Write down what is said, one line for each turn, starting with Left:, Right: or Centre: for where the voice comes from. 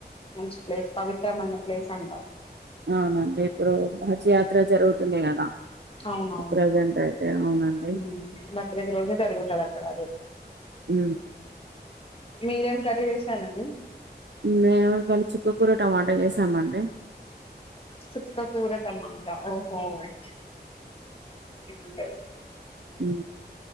Left: మంచి ప్లేస్ పవిత్రమైన ప్లేస్ అంటారు.
Right: అవునండి ఇప్పుడు మంచి యాత్ర జరుగుతుంది కదా
Left: అవునవును
Right: ప్రజెంట్ అయితే అవునండి
Left: ఊ బక్రీదు రోజే జరుగుతుంది అక్ ఫడారు
Right: ఊ
Left: మీరేం కర్రీ చేసారంండి
Right: మేను ఇళ చుక్కకూర టమాటా చేసామండి
Left: చుక్కకూర టమాటా ఓహో అ ఉంటయి
Right: ఊ